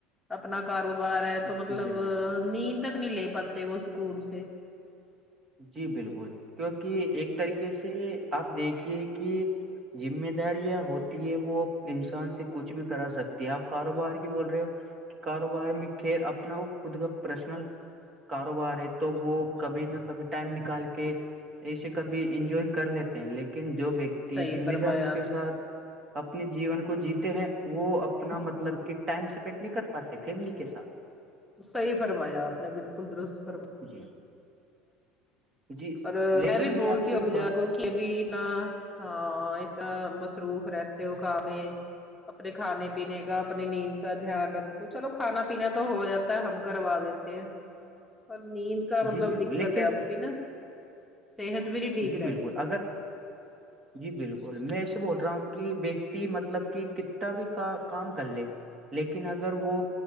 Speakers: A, in the centre; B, on the right.
A: اپنا کاروبار ہے
B: جی
A: تو مطلب
B: بالکل
A: نیند تک نہیں لے پاتے وہ سکون سے
B: جی بالکل کیونکہ ایک طریقے سے آپ دیکھیے کہ ذمہ داریاں ہوتی ہے وہ انسان سے کچھ بھی کرا سکتی ہے آپ کاروبار کی بول رہے ہو کاروبار میں خیر اپنا وہ خود کا پرسنل کاروبار ہے تو وہ کبھی نہ کبھی ٹائم نکال کے ایسے کبھی انجوائے کر لیتے ہیں لیکن جو و
A: صحیح
B: ذمہ
A: فرمایا
B: داری کے
A: آپ
B: ساتھ اپنے جیون کو جیتے ہیں وہ اپنا
A: نے،
B: مطلب کہ ٹائم سپینڈ نہیں کر پاتے فیملی کے سھ
A: صحیح فرمایا آپ نے بالکل درست فرمایا
B: جی جی
A: اور
B: لیکن
A: میں بھی بولتی
B: آپ سے
A: ہوں
B: ایک
A: ابوجا
B: بات
A: کو کہ ابھی اتنا ہاں اتنا مصروف رہتے ہو کام میں اپنے کھانے پینے کا اپنی نیند کا دھیان رکھو چلو کھانا پینا تو ہو جاتا ہے ہم کروا دیتے اور نیند کا
B: جی
A: مطلب
B: بالکل
A: دقت
B: لیکن
A: ہے اب کی نا صحت بھی نہیں ٹھیک
B: جی
A: رہتی
B: بالکل
A: تبھی
B: اگر جی بالکل میں ایسے بول رہا ہوں کہ ویکتی مطلب کہ کتنا بھی کا کام کر لے لیکن اگر وہ